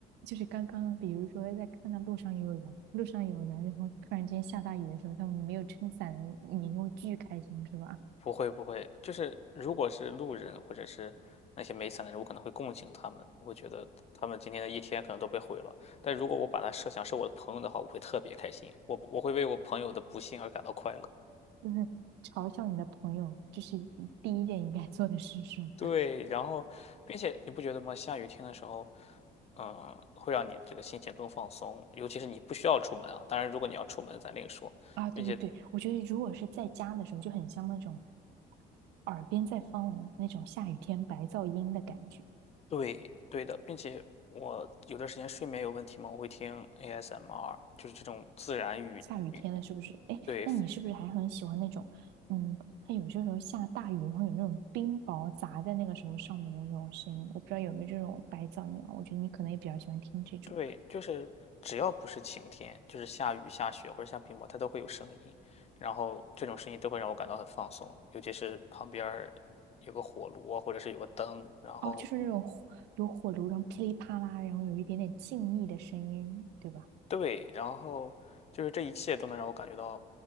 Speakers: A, on the right; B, on the left.
A: 就是刚刚，比如说在看到路上有人，路上有人，然后突然间下大雨的时候，他们没有撑伞，你会巨开心，是吧？
B: 不会不会，就是如果是路人或者是那些没伞的人，我可能会共情他们，我会觉得他们今天的一天可能都被毁了。但如果我把它设想是我的朋友的话，我会特别开心，我我会为我朋友的不幸而感到快乐。
A: 就是嘲笑你的朋友，这是第一件应该做的事，是吗？
B: 对，然后，并且你不觉得吗？下雨天的时候，嗯，会让你这个心情更放松，尤其是你不需要出门啊。当然，如果你要出门，咱另说。
A: 啊，对对对，
B: 并且，
A: 我觉得如果是在家的时候，就很像那种耳边在放那种下雨天白噪音的感觉。
B: 对，对的，并且我有段时间睡眠有问题嘛，我会听 ASMR，就是这种自然语语，
A: 下雨天了，是不是？哎，
B: 对
A: 那你是不是还很喜欢那种，嗯，它有些时候下大雨，然后有那种冰雹砸在那个什么上面的那种声音，我不知道有没有这种白噪音啊？我觉得你可能也比较喜欢听这种。
B: 对，就是只要不是晴天，就是下雨、下雪或者下冰雹，它都会有声音，然后这种声音都会让我感到很放松，尤其是旁边儿有个火炉啊，或者是有个灯，然后。
A: 哦，就是那种火有火炉，然后噼里啪啦，然后有一点点静谧的声音，对吧？
B: 对，然后就是这一切都能让我感觉到，